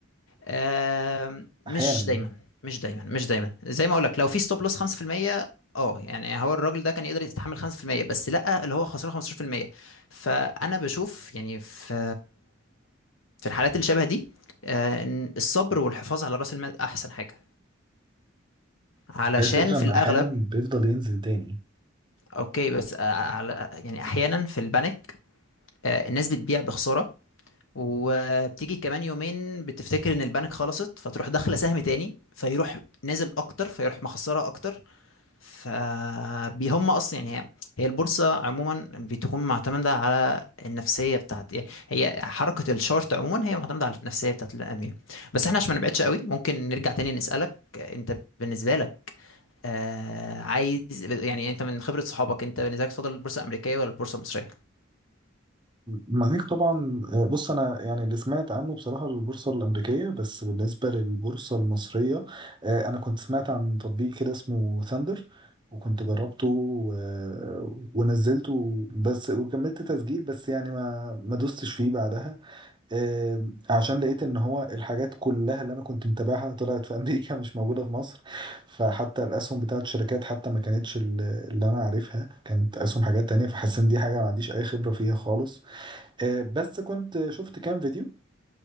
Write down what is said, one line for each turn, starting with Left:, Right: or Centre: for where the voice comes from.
Left: آم، مش
Right: احيانا يعني
Left: دايما مش دايما مش دايما زي ما اقول لك لو في ستوب لوس 5% اه يعني هو الراجل ده كان يقدر يتحمل 5% بس لا اللي هو خسران 15% فانا بشوف يعني في في الحالات اللي شبه دي آه، ان الصبر والحفاظ على راس المال احسن حاجه علشان
Right: ده الفكره
Left: في
Right: ان
Left: الاغلب
Right: احيانا بيفضل ينزل تاني
Left: اوكي بس آه، على يعني احيانا في البانيك آه، الناس بتبيع بخساره وبتيجي كمان يومين بتفتكر ان البنك خلصت فتروح داخله سهم تاني فيروح نازل اكتر فيروح مخسره اكتر فبيهم اصلا يعني هي هي البورصه عموما بتكون معتمده على النفسيه بتاعت يعني هي حركه الشارت عموما هي معتمده على النفسيه بتاعت البني ادمين بس احنا عشان ما نبعدش قوي ممكن نرجع تاني نسالك انت بالنسبه لك آه عايز يعني انت من خبره صحابك انت بالنسبه لك تفضل البورصه الامريكيه ولا البورصه المصريه
Right: معاك طبعا آه، بص انا يعني اللي سمعت عنه بصراحه البورصه الامريكيه بس بالنسبه للبورصه المصريه آه، انا كنت سمعت عن تطبيق كده اسمه ثاندر وكنت جربته و- ونزلته بس وكملت تسجيل بس يعني ما ما دوستش فيه بعدها آه، عشان لقيت ان هو الحاجات كلها اللي انا كنت متابعها طلعت في <laughs> امريكا مش موجوده في مصر فحتى الاسهم بتاعت الشركات حتى ما كانتش ال- اللي انا عارفها كانت اسهم حاجات تانية فحسيت ان دي حاجه ما عنديش اي خبره فيها خالص آه، بس كنت شفت كام فيديو